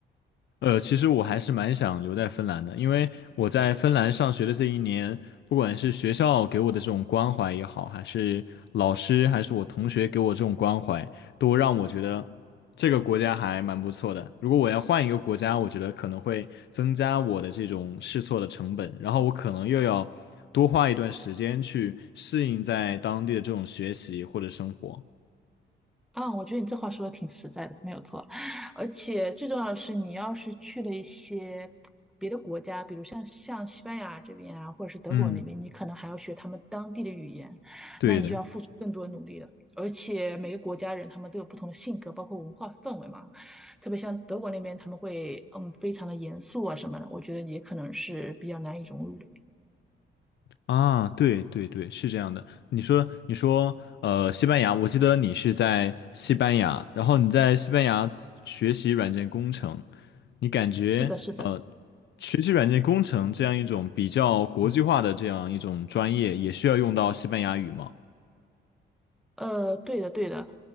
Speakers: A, on the left; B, in the centre.
A: 呃，其实我还是蛮想留在芬兰的，因为我在芬兰上学的这一年，不管是学校给我的这种关怀也好，还是老师，还是我同学给我这种关怀，都让我觉得这个国家还蛮不错的。如果我要换一个国家，我觉得可能会增加我的这种试错的成本，然后我可能又要多花一段时间去适应在当地的这种学习或者生活。
B: 啊，我觉得你这话说的挺实在的，没有错。<laughs> 而且最重要的是，你要是去了一些别的国家，比如像像西班牙这边啊，或者是德国那边，
A: 嗯，
B: 你可能还要学他们当地的语言，
A: 对的。
B: 那你就要付出更多努力了。而且每个国家人他们都有不同的性格，包括文化氛围嘛。特别像德国那边，他们会嗯非常的严肃啊什么的，我觉得也可能是比较难以融入的。
A: 啊，对对对，是这样的。你说，你说，呃，西班牙，我记得你是在西班牙，然后你在西班牙学习软件工程，你感觉，
B: 是的，是的。
A: 呃，学习软件工程这样一种比较国际化的这样一种专业，也需要用到西班牙语吗？
B: 呃，对的，对的，